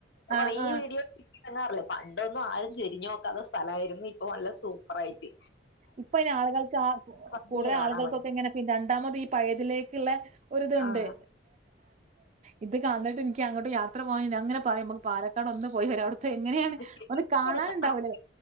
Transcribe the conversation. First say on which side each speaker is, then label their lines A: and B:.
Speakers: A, on the left; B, on the right.
A: കൊറെേ
B: ആഹ് ആഹ്
A: വീഡിയോ ഇടങ്ങാറില്ലേ പണ്ടൊന്നും ആര ചെരിഞ്ഞു നോക്കാത്ത സ്ഥലമായിയിരുന്നു ഇപ്പൊ നല്ല സൂപ്പർ ആയിട്ട്
B: ഇപ്പൊ ഇെ ആളുകൾക്ക്
A: ഭംഗിയാ
B: കൂടുത
A: കാണാൻ
B: ആളുകൾക്കൊക്കെ
A: വേണ്ടി.
B: ഇങ്ങനെ പിന്നണ്ട് ണ്ടാമതി ഈ പയതിലേക്കുള്ള ഒരുരിതുണ്ട്നെ
A: ആഹ്
B: ഇത് കാന്തായിട്ട് എനിക്ക് അങ്ങോട്ട് യാത്ര പോകാ അങ്ങനെ പറയും പാലക്കാട് ഒന്നും പോയിവര അവിടത്തെ എങ്ങനെയാണ്
A: പാലക്കാട്
B: ഒന്ന് കാണാനുണ്ടാവൂല
A: കാണാൻ